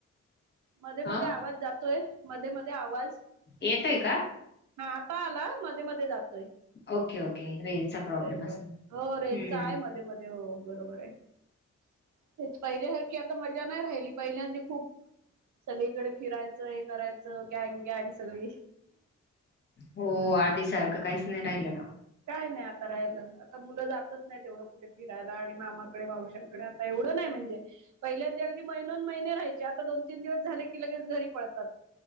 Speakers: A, on the right (about 70°); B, on the left (about 35°).
A: मध्ये मध्ये
B: ह
A: आवाज जातोय. मध्ये मध्ये आवाज.
B: येतय का?
A: हा आता आला मध्ये मध्ये जातो.
B: ओके ओके रेलचा प्रॉब्लेम
A: होय
B: अस हम्म.
A: हो रेंजचा आहे मध्ये मध्ये हो बरोबर आहे ते पहिल्यासारखी आता मजा नाही राहिली पहिल्यांदी खूप. सगळीकडे फिरायचं हे करायचं गँग गॅग सगळी.
B: हो आधी सारखं काहीच नाही राहिलं ना
A: काय नाही आता राहालं आता मुलं जातच नाही, तेवढं कुठे मुफिरायला आणि मामाकडे मावशांकडे आता एवढं नाही म्हणजे, पहिल्यांदा अगदी महिने दोन महिने राहायचे. आता दोन तीन दिवस झाले. लगेच घरी पळतात.